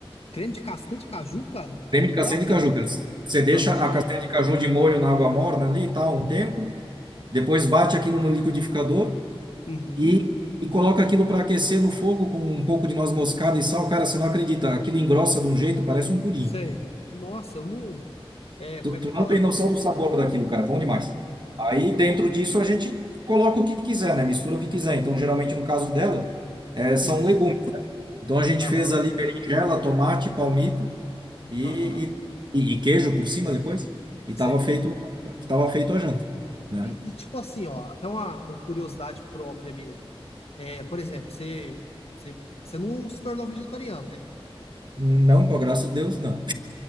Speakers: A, on the left; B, on the right.
A: Creme de castanha de caju, cara?
B: Creme
A: Que
B: de
A: Pop?
B: castanha de caju. cara. Você deixa
A: Aham.
B: a castanha de caju de molho na água morna ali e tal, um tempo. Depois bate aquilo no liquidificador
A: Uhum.
B: e, e coloca aquilo para aquecer no fogo com um pouco de noz moscada e sal. Cara, você não acredita. Aquilo engrossa de um jeito, parece um pudim.
A: Sei. Nossa, eu não. É,
B: Tu,
A: como é que
B: tu
A: eu vou falar?
B: não tem noção do sabor daquilo, cara. Bom demais.
A: Uhum.
B: Aí dentro disso a gente coloca o que quiser, né? Mistura o que quiser. Então, geralmente no caso dela, eh, são
A: Hum.
B: legumes. Então a gente
A: Aham.
B: fez ali berinjela, tomate, palmito. e,
A: Aham.
B: e, e queijo por cima depois. E
A: Sei.
B: tava feito, tava feito a janta, né?
A: E, e tipo assim, ó, até uma, uma curiosidade própria mesmo. É, por exemplo, você, você, você não se tornou vegetariano, né?
B: Não, com a graça de Deus, não.